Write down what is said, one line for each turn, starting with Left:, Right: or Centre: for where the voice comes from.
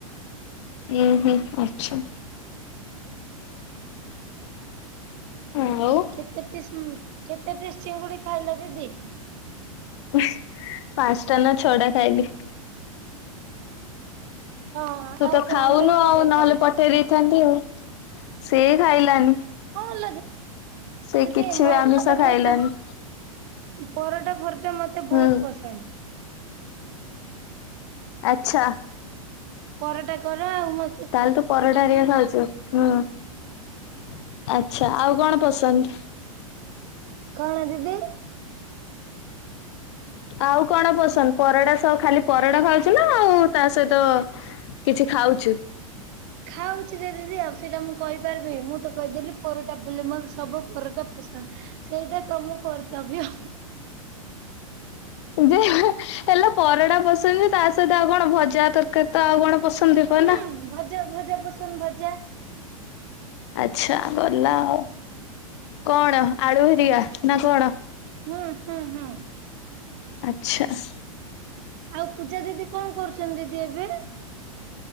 Left: ହୁଁ ହୁଁ ଆଚ୍ଛା। ହୁଁ ଆଉ।
Right: କେତେ ପିସ୍ କେତେ ପିସ୍ ଚିଙ୍ଗୁଡି ଖାଇଲ ଦିଦି?
Left: ପାଞ୍ଚଟା ନା ଛଅ ଟା ଖାଇଲି।
Right: ହଁ
Left: ତୁ
Right: ଆଉ
Left: ତ
Right: ସେ
Left: ଖାଉନୁ
Right: ଅଞ୍ଜଳି କେତେଟା
Left: ଆଉ ନହେଲେ
Right: ଖାଇଲା?
Left: ପଠ ଠେଇ ଦେଇଥାନ୍ତି ଆଉ ସେ ଖାଇଲାନି।
Right: ହଁ ଲୋ
Left: ସେ
Right: ଦିଦି
Left: କିଛି
Right: ମୋ
Left: ବି ଆମିଷ
Right: ପରଟା
Left: ଖାଇଲାଣିି।
Right: ଫରଟା ପରଟା ଫରଟା ମତେ
Left: ହୁଁ
Right: ବହୁତ ପସନ୍ଦ।
Left: ଆଚ୍ଛା।
Right: ପରଟା କର ଆଉ ମ
Left: ତାହେଲେ ତୁ ପରଟା ହେରିକା ଖାଉଛୁ ହୁଁ ଆଚ୍ଛା ଆଉ କଣ ପସନ୍ଦ?
Right: କଣ ଦିଦି?
Left: ଆଉ କଣ ପସନ୍ଦ ପରଟା ସହ ଖାଲି ପରଟା ଖାଉଛି ନା ଆଉ ତା ସହିତ କିଛି ଖାଉଛୁ।
Right: ଖାଉଛି ଯେ ଦିଦି ଆଉ ସେଇଟା ମୁଁ କହିପାରିବିନି ମୁଁ ତ କହିଦେଲି ପରଟା ବୁଲେ ମତେ ସବୁ ପରଟା ପସନ୍ଦ ସେଇଟା ତମ କର୍ତ୍ତବ୍ୟ।
Left: ଯେ ହେଲେ ପରଟା ପସନ୍ଦ ଯେ ତା ସହିତ ଆଉ କଣ ଭଜା, ତରକାରୀ ତ ଆଉ କଣ ପସନ୍ଦ ଥିବ
Right: ହୁଁ
Left: ନା?
Right: ଭଜା ଭଜା ପସନ୍ଦ ଭଜା।
Left: ଆଚ୍ଛା ଗଲା-ଆ-ଆ କଣ ଆଳୁ ହେରିକା ନା କଣ?
Right: ହୁଁ ହୁଁ ହୁଁ।
Left: ଆଚ୍ଛା।
Right: ଆଉ ପୂଜା ଦିଦି କଣ କରୁଛନ୍ତି ଦିଦି ଏବେ?